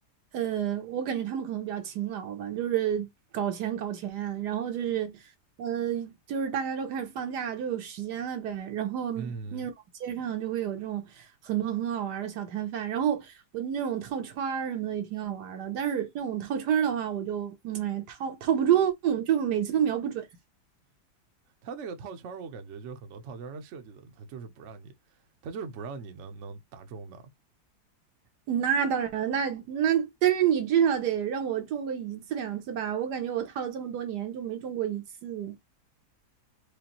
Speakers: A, on the right; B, on the right.
A: 呃，我感觉他们可能比较勤劳吧，就是搞钱搞钱，然后就是，呃，就是大家都开始放假，就有时间了呗。然后那种街上就会有这种很多很好玩儿的小摊贩，
B: 嗯，
A: 然后我那种套圈儿什么的也挺好玩儿的，但是那种套圈儿的话，我就，嗯，哎，套套不中，就每次都瞄不准。
B: 它那个套圈儿，我感觉就是很多套圈儿它设计的，它就是不让你，它就是不让你能能打中的，
A: 那当然，那那但是你至少得让我中个一次两次吧，我感觉我套了这么多年就没中过一次。